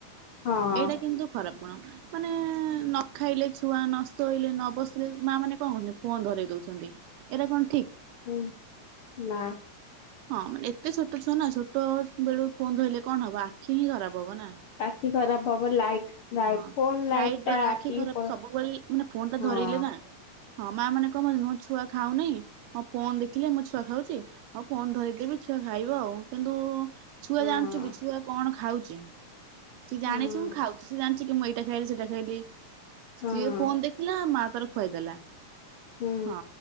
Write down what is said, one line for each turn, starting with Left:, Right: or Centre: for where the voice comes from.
Left: ହଁ
Right: ଏଇଟା କିନ୍ତୁ ଖରାପ କଣ ମାନେ ଖାଇଲେ ଛୁଆ ନଷ୍ଟ ହେଇଲେ ନ ବସିଲେ ମା ମାନେ କଣ କୁନ୍ତି ଫୋନ ଧରଇ ଦଉଛନ୍ତି ଏଇଟା କଣ ଠିକ?
Left: ହୁଁ ନା।
Right: ହଁ ମାନେ ଏତେ ଛୋଟ ଛୁଆ ନା ଛୋଟ ବେଳୁ ଫୋନ୍ ଧୋଇିଲଲେ କଣ ହବ ଆଖି ହିଁ ଖରାପ ହବ ନା।
Left: ଆଖି ଖରାପ ହବ। ଲାଇଟ
Right: ହଁ
Left: ଲାଇଟ ଫୋନ୍ ଲାଇଟ
Right: ଲାଇଟ୍ ଦ୍ଵାରା
Left: ଟା ଆଖି
Right: ଖରାପ
Left: ଉପ ହଁ।
Right: ସବୁବେଳେ ମାନେ ଫୋନ ଟା ଧରେଇଲେ ନା ହଁ ମା ମାନେ କଣ ଭାବନ୍ତି, ମୋ ଛୁଆ ଖାଉନହିଁ ହଁ ଫୋନ୍ ଦେଖିଲେ ମୋ ଛୁଆ ଖାଉଛି। ହଁ ଫୋନ୍ ଧରେଇଦେବି ଛୁଆ ଖାଇବ ଆଉ। କିନ୍ତୁ ଛୁଆ
Left: ହଁ
Right: ଜାଣୁଛି କି ଛୁଆ କଣ ଖାଉଛି। ଆଞା। ସି ଜାଣିଛି
Left: ହଁ
Right: ମୁଁ ଖାଉଛି ସେ ଜାଣିଛି ମୁ ଏଇ ଏଟା ଖାଇଲି ସେଟା ଖାଇଲି। ସିଏ
Left: ହଁ
Right: ଫୋନ ଦେଖିଲା ମା ତାର ଖୁଆଇଦେଲା।
Left: ହୁଁ
Right: ହଁ